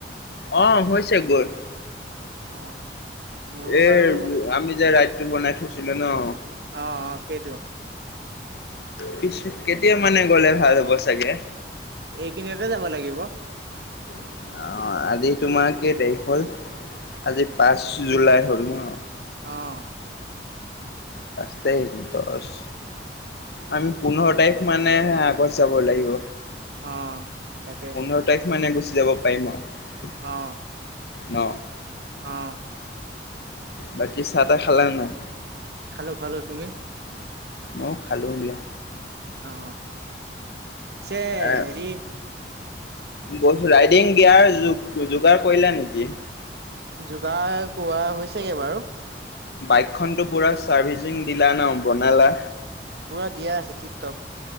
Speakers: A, on the left; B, on the right.
A: অ, হৈছে গৈ।
B: অ। মোৰো
A: এৰ
B: বাৰু
A: আমি যে ৰাইটো বনাই থৈছিলো ন।
B: অ, অ, সেইটো।
A: পিছে কেতিয়া মানে গলে ভাল হ'ব চাগে?
B: এই কেইদিনতে যাব লাগিব।
A: অ, আজি তোমাৰ কেই তাৰিখ হল? আজি পাঁচ জুলাই হ'ল ন।
B: অ
A: পাচঁ তাৰিখ দহ আমি পোন্ধৰ তাৰিখ মানে আগত যাব লাগিব।
B: অ, তাকে।
A: পোন্ধৰ তাৰিখ মানে গুচি যাব পাৰিম আৰু।
B: অ।
A: ন?
B: আহ।
A: বাকী চাহ-তাহ খালা নে নাই?
B: খালো খালো। তুমি?
A: ময়ো খালো দিয়া।
B: অ। পিছে
A: এ,
B: হেৰি
A: গৈছো ৰাইডিং দিয়াৰ যোগাৰ কৰিলা নেকি?
B: যোগাৰ কৰা হৈ ছেগে বাৰু।
A: বাইকখনতো পুৰা চাৰ্ভিচিং দিলা ন বনালা?
B: পুৰা দিয়া আছে টিপ টপ।